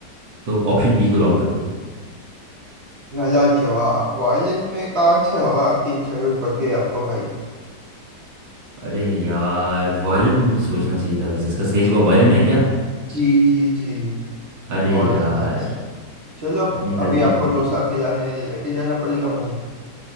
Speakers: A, on the right; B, on the right.
A: तो ऑप्शन डी को लॉक कर दे
B: गलत जवाब वायलिन में कांच से हवा की जरूरत पड़ गई आपको भाई
A: अरे यार वायलिन भी मुझे सोचना चाहिए था वैसे इसका सही जवाब वायलिन है क्या
B: जी जी जी
A: अरे
B: वायलिन
A: यार
B: है इसका चलो
A: मैंने
B: अभी
A: गलती
B: आपको
A: कर दी
B: डोसा खिलाने लेके जाना पड़ेगा मुझे